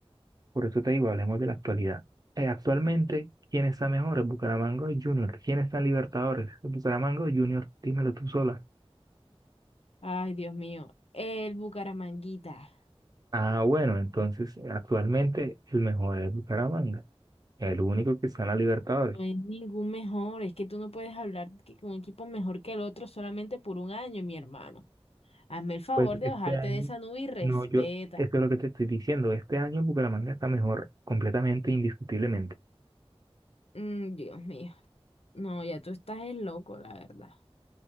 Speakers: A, on the right (about 35°); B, on the left (about 70°).
A: Por eso te digo, hablemos de la actualidad. Eh, actualmente, ¿quién está mejor? ¿El Bucaramanga o el Junior? ¿Quién está en Libertadores? ¿El Bucaramanga o el Junior? Dímelo tú sola.
B: Ay, Dios mío, el Bucaramanguita
A: Ah, bueno, entonces actualmente el mejor es el Bucaramanga, el único que está en la Libertadores.
B: no es ningún mejor, es que tú no puedes hablar que con un equipo mejor que el otro solamente por un año, mi hermano. Hazme el favor
A: Pues
B: de
A: este
B: bajarte
A: año,
B: de esa nube y respeta.
A: no, yo, eso es lo que te estoy diciendo. Este año el Bucaramanga está mejor, completamente, indiscutiblemente.
B: Mm, Dios mío, no, ya tú estás el loco, la verdad.